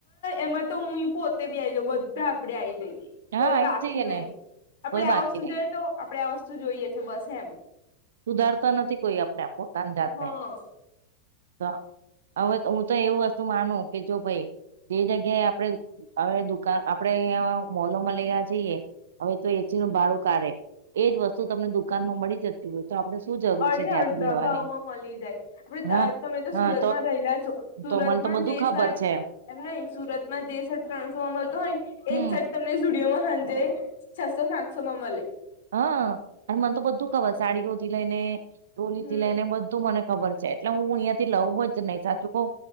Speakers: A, on the left; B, on the right.
A: એમાં તો હું પોતે બી આવી જાઉં બધા આપડે આવી જઈએ
B: છે
A: કોઈ
B: હા આઈ
A: બાકી
B: જ જઈએ
A: નહી
B: ને
A: આપણેે
B: કોઈ બાકી
A: આ વસ્તુ
B: નહી
A: જોઈએ તો આપડે આ વસ્તુ જોઈએ છે બસ એમ
B: સુધારતા નથી કોઈ આપણે પોતાની જાતને
A: હા
B: તો હવે હું તો એવું વસ્તુ માનું કે જો ભાઈ જે જગ્યાએ આપડે હવે દુકાન આપણેે મોલોમાં લેયા જઈએ હવે તો એસી નું ભાડું કાઢે એજ વસ્તુ તમને દુકાનમાં મળી જતી હોય તો આપડે શું જરૂર
A: અડે
B: છે ત્યાંથી
A: અડધા
B: લેવાની
A: ભાવમાં મળી જાય
B: હા
A: તમે તો
B: હા
A: સુરતમાં રહેલા છો સુરતમાં
B: તો મને તો બધું
A: જે
B: ખબર
A: શર્ટ
B: છે
A: એમ નઈ સુરતમાં જે શર્ટ ત્રાન્સો મળતો હોય ને
B: હમ
A: એ જ શર્ટ તમને જુડિયોમાં સાંજે છસો સાતસો માં મલે.
B: હા અને મને તો બધું ખબર સાડીઓ થી લઈને ટોલી
A: હમ
B: થી લઈને બ ઘુ મને ખબર છે એટલે હું અહિયાં થી લઉું જ નહી સાચું કહું